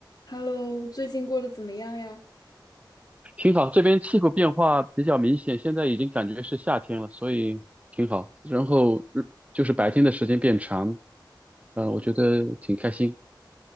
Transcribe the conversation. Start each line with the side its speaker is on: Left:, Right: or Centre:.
Left: Hello，最近过得怎么样呀？
Right: 挺好，这边气候变化比较明显，现在已经感觉是夏天了，所以挺好。然后日就是白天的时间变长，嗯、我觉得挺开心。